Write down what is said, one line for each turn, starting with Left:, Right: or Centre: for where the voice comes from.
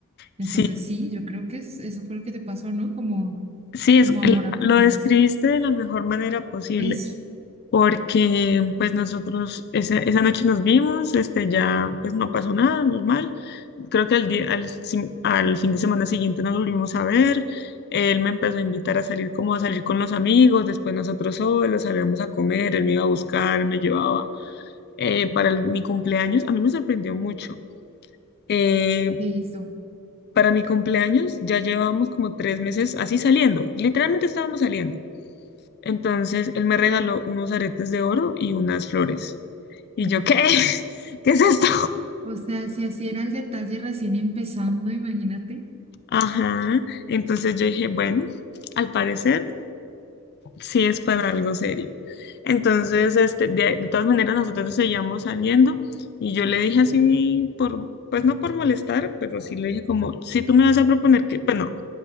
Right: Entonces,
Left: sí,
Right: sí, yo creo que es- eso fue lo que te pasó, ¿no? Como,
Left: sí, es,
Right: como
Left: el-
Right: amor a primera
Left: lo describiste
Right: vista.
Left: de la mejor manera posible,
Right: Eso.
Left: porque pues nosotros esa, esa noche nos vimos, este ya pues no pasó nada, normal. Creo que al día, al, si- al fin de semana siguiente nos volvimos a ver, él me empezó a invitar a salir como a salir con los amigos, después nosotros solos salíamos a comer, él me iba a buscar, me llevaba eh, para el- mi cumpleaños, a mí me sorprendió mucho. eh,
Right: que hizo.
Left: para mi cumpleaños ya llevábamos como tres meses así saliendo, literalmente estábamos saliendo. Entonces él me regaló unos aretes de oro y unas flores. Y
Right: Mm.
Left: yo, ¿qué? <laughs> ¿Qué es esto?
Right: O sea, si así era el detalle recién empezando, imagínate.
Left: <laughs> Ajá. Entonces yo dije, bueno, al parecer sí es para algo serio. Entonces, este, de, de todas maneras, nosotros seguíamos saliendo y yo le dije así, por, pues no por molestar, pero sí le dije como, si tú me vas a proponer que, pues no,